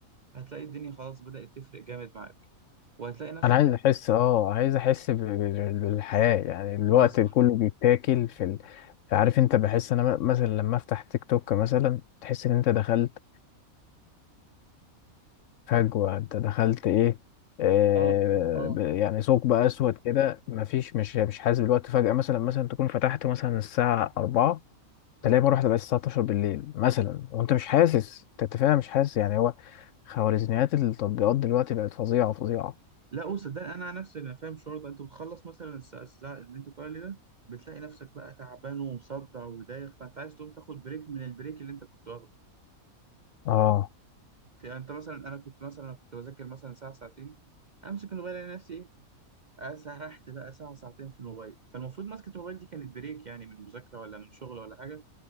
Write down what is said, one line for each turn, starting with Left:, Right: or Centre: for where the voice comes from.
Right: هتلاقي الدنيا خلاص بدات تفرق جامد معاك وهتلاقي نفسك
Left: انا عايز
Right: يعني
Left: احس اه عايز احس ب- ب- بالحياة يعني الوقت
Right: بالظبط
Left: كله بيتاكل في ال... فعارف انت بحس انا م- مثلا لما افتح تيك توك مثلا تحس ان انت دخلت فجوة انت دخلت ايه آه
Right: اه اه
Left: ب- يعني ثقب اسود كده مفيش مش مش حاسس بالوقت فجأة مثلا مثلا تكون فتحت مثلا الساعة 4 تلاقي مرة واحدة بقت الساعة 12 بالليل مثلا وانت مش حاسس انت أنت فعلا مش حاسس يعني هو خوارزميات التطبيقات دلوقتي بقت فظيعة فظيعة
Right: لا قول صدقني انا عن نفسي انا فاهم الشعور ده انت بتخلص مثلا الساعه الساعة اللي انت بتقول عليه ده بتلاقي نفسك بقى تعبان ومصدع ودايخ فانت عايز تقوم تاخد بريك من البريك اللي انت كنت واخده
Left: اه
Right: في يعني انت مثلا انا كنت مثلا أنا كنت بذاكر مثلا ساعه ساعتين امسك الموبايل الاقي نفسي ايه آه، سرحت بقى ساعه ساعتين في الموبايل فالمفروض مسكه الموبايل دي كانت بريك يعني من مذاكره ولا من شغل ولا حاجه